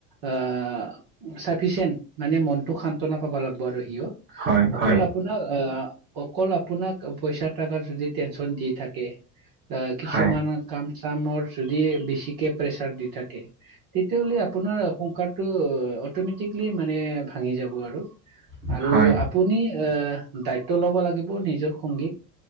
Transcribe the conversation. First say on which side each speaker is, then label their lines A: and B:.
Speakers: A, on the right; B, on the right.
A: আহ চাফিচিয়েণ্ট মানে মনটো সান্তনা পাব লাগিব আৰু সিও
B: হয় হয়
A: অকল আপোনাক আহ অকল আপোনাক পইচা টাত যদি টেনচন দি থাকে অ
B: হয়
A: কিছুমান।
B: হয় হয়
A: কাম চামৰ যদি বেছিকে প্ৰেচাৰ দি থাকে। তেতিয়াহ'লে আপোনাৰ। কাম টো অতমেতিকেলী মানে ভাঙি যাব আৰু,
B: হয়
A: আৰু আপুনি, এ দায়িত্ব ল'ব লাগিব নিজৰ সংগীক